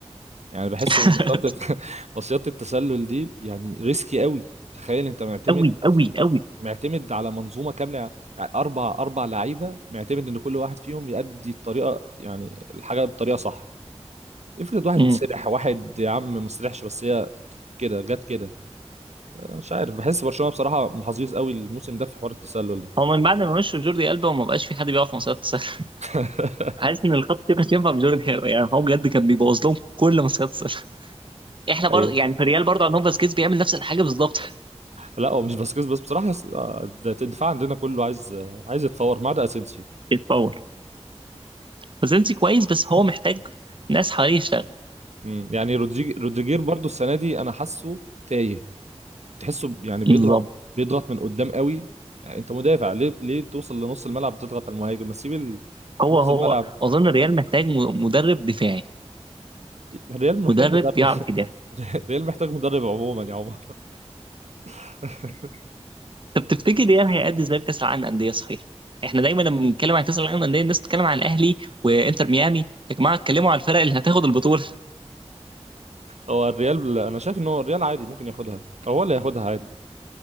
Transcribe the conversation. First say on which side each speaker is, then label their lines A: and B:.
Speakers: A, on the right; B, on the right.
A: يعني بحس
B: <laughs>
A: ان مصيدة <laughs> مصيدة التسلل دي يعني ريسكي قوي تخيل انت معتمد
B: قوي قوي قوي
A: معتمد على منظومه كامله يعني اربع اربع لعيبه معتمد ان كل واحد فيهم يأدي الطريقه يعني الحاجه بطريقه صح افرض واحد
B: امم
A: سرح واحد يا عم ما سرحش بس هي كده جت كده مش عارف بحس برشلونه بصراحه محظوظ قوي الموسم ده في حوار التسلل ده
B: هو من بعد ما مشوا جوردي ألبا وما بقاش في حد بيقف مصيدة السله <laughs>
A: <laughs>
B: حاسس ان الخطة دي كانت ينفع بجوردي ألبا يعني هو بجد كان بيبوظ لهم كل مصيدة السله <laughs> احنا برضه
A: ايوه
B: يعني في الريال برضه عندهم فاسكيز بيعمل نفس الحاجة بالظبط
A: لا هو مش باسكيز بس بصراحه آه، الدفاع عندنا كله عايز آه، عايز يتفور ما عدا اسينسيو
B: يتطور فازيلسي كويس بس هو محتاج ناس حواليه يشتغل
A: مم. يعني رودريج- رودريجير برضو السنه دي انا حاسه تايه تحسه ب- يعني بيضغط
B: بالظبط
A: بيضغط من قدام قوي يعني انت مدافع ليه ليه توصل لنص الملعب تضغط على المهاجم ما تسيب ال-
B: هو
A: نص
B: هو
A: الملعب
B: اظن الريال محتاج م- مدرب دفاعي
A: الريال محتاج
B: مدرب
A: مدرب
B: بيعرف
A: <laughs>
B: يدافع
A: الريال محتاج مدرب عموما يا عمر <laughs>
B: طب تفتكر الريال هيأدي ازاي في كاس العالم للانديه صحيح احنا دايما لما بنتكلم عن كاس العالم للانديه الناس بتتكلم عن الاهلي وانتر ميامي يا جماعه اتكلموا على الفرق اللي هتاخد البطوله
A: هو الريال انا شايف ان هو الريال عادي ممكن ياخدها أو هو اللي هياخدها عادي